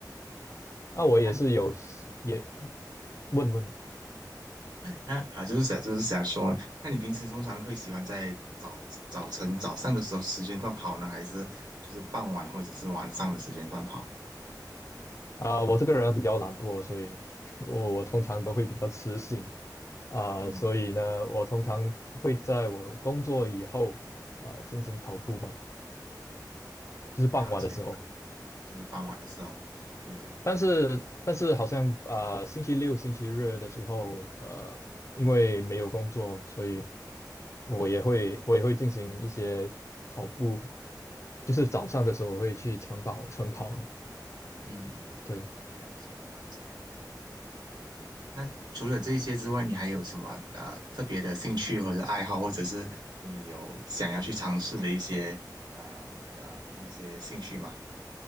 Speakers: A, on the right (about 70°); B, on the left (about 40°).
A: 啊，
B: 那我也是有也
A: 那
B: 问问。
A: 那啊，就是想就是想说，那你平时通常会喜欢在早早晨早上的时候时间段跑呢，还是就是傍晚或者是晚上的时间段跑？
B: 啊、我这个人比较懒惰，所以我我通常都会比较迟醒啊、
A: 嗯，
B: 所以呢，我通常会在我工作以后啊、进行跑步吧，
A: 啊，
B: 就是傍晚的时候。
A: 了解的，就是傍晚的时候，对对，
B: 但是但是好像啊、星期六、星期日的时候，呃，因为没有工作，所以我也会我也会进行一些跑步，就是早上的时候我会去晨跑晨跑，
A: 很好，嗯，
B: 对。
A: 了解了解。那除了这些之外，你还有什么呃特别的兴趣或者爱好，或者是你有想要去尝试的一些呃呃一些兴趣吗？